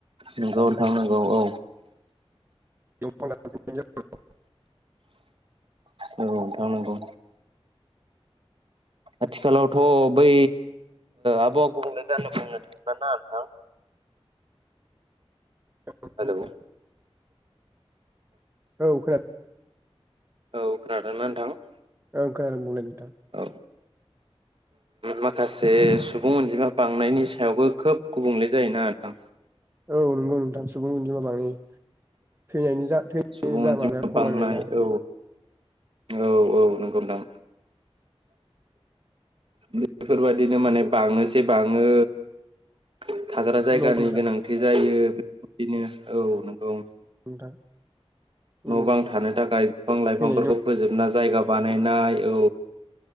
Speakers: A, on the right; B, on the right.
A: नोंगौ नोंथां नांगौ औ
B: <unintelligible>
A: औ नोंथां नोंगौ। आथिखालावथ' बै आबहावा गुबुंले <unintelligible> बुंनो थांला ना नोंथां
B: <unintelligible>
A: हेलौ औ
B: औ खोनादों।
A: औ खोनादोंना नोंथां?
B: ओं खोनादों बुंलाय नोंथां।
A: औ माखासे सुबुं अनजिमा बांनायनि सायावबो खोब गुबुंले जायोना नोंथां?
B: औ नंगौ दानि सुगाव उदैया बाङो। थैनायनि जा थैनायनि
A: सुबुं
B: जा
A: अनजिमा
B: माबाया खमायबायना?
A: बांनाय औ औ औ नंगौ नोंथां। बेफोरबा बिदिनो माने बाङोसे बाङो <unintelligible> थाग्रा जायगानि
B: नोंथां
A: गोनांथि जायो बेदिनो औ नंगौ।
B: नोंथां
A: न'
B: औ
A: बां थानो थाखाय बिफां लाइफांफोरखौ
B: थैनायनि उम
A: फोजोबना जायगा बान नाय औ